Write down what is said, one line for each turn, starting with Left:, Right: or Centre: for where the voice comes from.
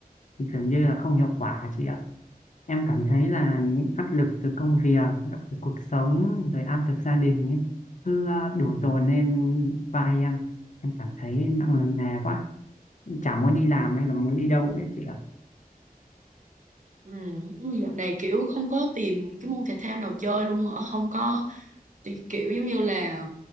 Left: dường như là không hiệu quả chị ạ. Em cảm thấy là những áp lực từ công việc, áp lực cuộc sống, rồi áp lực gia đình ấy, cứ à, đổ dồn lên vai em. Em cảm thấy nặng nề quá, chả muốn đi làm hay là muốn đi đâu ấy chị ạ.
Right: Ừ, dạo này kiểu không có tìm cái môn thể thao nào chơi luôn hả? Không có thì kiểu giống như là